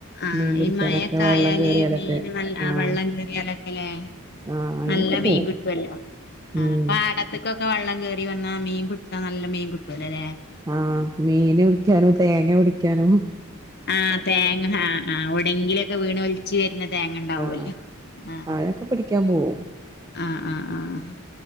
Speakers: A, on the left; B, on the right.
A: ആഹ്
B: മീൻ പിടിക്കാനൊക്കെ
A: ഈ മഴെക്കായാല്
B: വെള്ളം കേറിയാലൊക്കെ
A: മീൻ ന
B: ആഹ്
A: വെള്ളം കേറിയാലൊക്കെല്ലേ
B: ആഹ് അയിനൊക്കെ
A: നല്ല മീൻകിട്ടൊല്ലോ
B: പോവും ഉം
A: ആഹ് പാടത്ത്ക്കൊ ക്കെ വള്ളം കേറി വന്നാ മീൻ പിടിച്ചാ നല്ല മീൻ കിട്ടൊല്ലൊല്ലെ
B: ആഹ് മീൻ പിടിക്ക്യാനും തേങ്ങ പിടിക്ക്യാനും
A: ആഹ് തേങ്ങ ആഹ് ആഹ് എവിടെങ്കിലൊക്കെ വീണ് ഒലിച്ച് വെര്ണ തേങ്ങണ്ടാവൊല്ലോ
B: ആഹ്
A: ആഹ്
B: അതൊക്കെ
A: ആഹ്
B: പിടിക്കാൻ പോവും
A: ആഹ് ആഹ് ആഹ്